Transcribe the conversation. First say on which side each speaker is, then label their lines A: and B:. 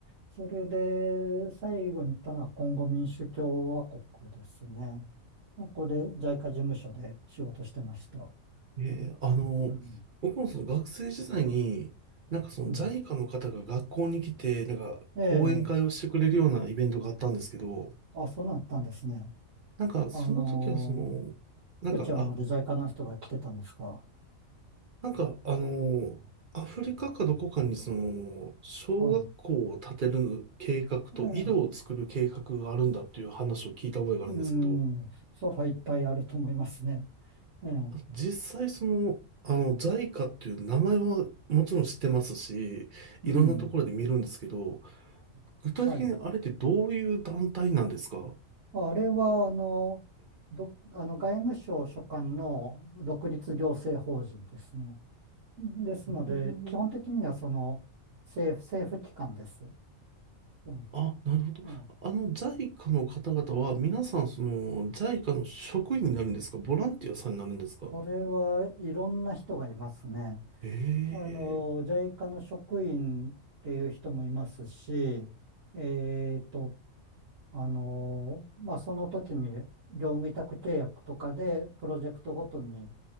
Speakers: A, on the right; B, on the right.
A: それで最後に行ったのはコンゴ民主共和国ですね。ここでジャイカ事務所で仕事してました。
B: ええ、
A: ねうん。
B: あの、僕もその学生時代に、なんかその
A: うん。
B: j i の方が学校に来て、なんか講演会をしてくれるようなイベントがあったんですけど、
A: ええ。あ、そんなんあったんですね。
B: なんかその時はその、
A: あのー、
B: なんか、
A: 福知山まで
B: あ、
A: JICA の人が来てたんですか。
B: なんか、あの、アフリカかどこかにその、小学校を建てる計画と井戸を作る計画があるんだっていう話を聞いた覚えがあるんですけど、
A: はい。ええ。うん、それはいっぱいあると思いますね。ええ、
B: 実際その、あの、JICA っていう名前はもちろん知ってますし、いろんなところで見るんですけど、
A: うん、
B: 具体的にあれってどういう団体なんですか
A: はい。あれは、あの、ど、あの、外務省所管の独立行政法人ですね。ですので、
B: うん
A: 基本的にはその政府、政府機関です。う
B: あ、なるほど。
A: ん、ええ
B: あの JICA の方々は皆さんその JICA の職員になるんですかボランティアさんになるんですか
A: それはいろんな人がいますね。
B: ええ
A: あの、ジャイカの職員っていう人もいますし、えっと、あの、まあ、その時に業務委託契約とかでプロジェクトごとに、